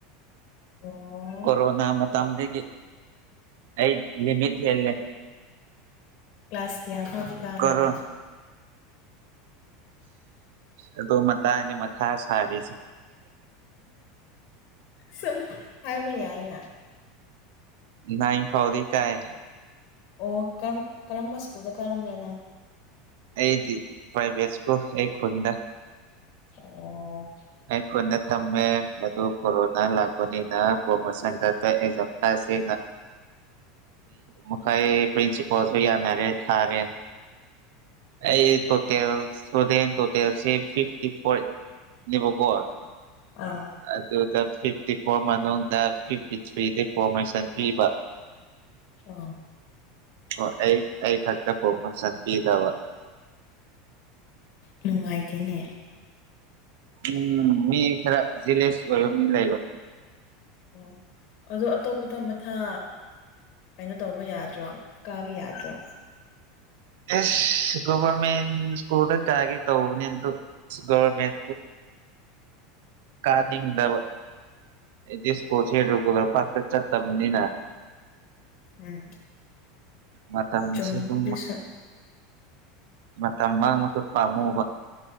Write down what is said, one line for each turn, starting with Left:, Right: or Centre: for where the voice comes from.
Left: ꯑꯣ
Right: ꯀꯣꯔꯣꯅꯥ ꯃꯇꯝ ꯃꯇꯝ ꯑꯃꯗ ꯑꯩ ꯂꯤꯚꯤꯁꯤꯅꯦ
Left: ꯀ꯭ꯂꯥꯁ ꯀꯌꯥ ꯐꯥꯎꯗꯤ ꯇꯥꯕ꯭ꯔꯅ
Right: ꯀꯣꯔꯣ ꯑꯗꯣ ꯃꯊꯅꯦ ꯃꯊꯥ ꯁꯔꯤ
Left: ꯁꯨꯝ ꯍꯥꯏꯕꯅꯦ ꯑꯩꯅ
Right: ꯅ ꯐꯥꯎꯔꯤ ꯀꯥꯏ
Left: ꯑꯣꯔ ꯀꯔꯝꯕ ꯁ꯭ꯀꯨꯜꯗ ꯀꯥꯔꯝꯕꯅꯅꯣ
Right: ꯑꯩꯗꯤ ꯐꯥꯏꯕꯦꯁꯀꯣ ꯑꯩ ꯈꯨꯟꯗ
Left: ꯑꯣ
Right: ꯑꯩ ꯅ ꯇꯝꯃꯦ ꯑꯗꯨ ꯀꯣꯔꯣꯅꯥ ꯂꯥꯛꯄꯅꯤꯅꯁ ꯈꯞꯁꯤ
Left: <inaudible>
Right: ꯃꯈꯥꯏ ꯄꯤꯟꯁꯤꯄꯜꯁꯨ ꯌꯥꯅꯥ ꯔꯦ ꯊꯥꯔꯦ ꯑꯩ ꯇꯣꯇꯦꯜ ꯁꯣꯗꯦꯟ ꯇꯣꯇꯦꯜꯁꯤ ꯐꯤꯐꯇ ꯐꯣꯔ ꯅꯕ ꯀꯣ
Left: ꯑꯥ
Right: ꯑꯗꯨ ꯑꯗꯨ ꯐꯤꯐꯇꯤ ꯐꯣꯔ ꯃꯅꯨꯡꯗ ꯐꯤꯐꯇꯤ ꯊ꯭ꯔꯤ ꯗ ꯐꯣꯔꯃꯦꯁꯟ ꯄꯤꯕ
Left: ꯑ
Right: ꯑꯣ ꯑꯩ ꯑꯩ ꯈꯛꯇ ꯀꯕꯁꯗꯤꯗꯕ
Left: ꯅꯨꯡꯉꯥꯏꯇꯦꯅꯦ
Right: ꯎꯝ ꯃꯤ ꯈꯔ ꯖꯤꯂꯦꯁ ꯑꯣꯏꯕ ꯃꯤ ꯂꯩꯕ
Left: ꯑꯣ ꯑꯗꯣ ꯑꯇꯣꯞꯄ ꯊ ꯃꯊꯥ ꯀꯩꯅꯣ ꯇꯧꯕ ꯌꯥꯗ꯭ꯔꯣ ꯀꯥꯕ ꯌꯥꯗ꯭ꯔꯣ
Right: ꯑꯦꯁ ꯚꯔꯃꯦꯟ ꯁ꯭ꯀꯨꯜ ꯀꯥꯒꯦ ꯇꯧꯕꯅꯤ ꯑꯗꯨ ꯒꯣꯔꯃꯦꯟ ꯀꯥꯗꯤꯗꯕ ꯏꯗꯤ ꯏꯁꯄꯣꯔꯠ ꯍꯔꯒ ꯄꯥꯛꯇꯦ ꯆꯠ ꯇꯥꯕꯅꯤꯅ
Left: ꯎꯝ
Right: ꯃꯁꯤꯃꯗꯨ
Left: ꯆꯨꯝꯃꯤ ꯑꯗꯨꯁꯨ
Right: ꯃ ꯇꯃ ꯃꯨ ꯇ ꯄꯥꯃꯨ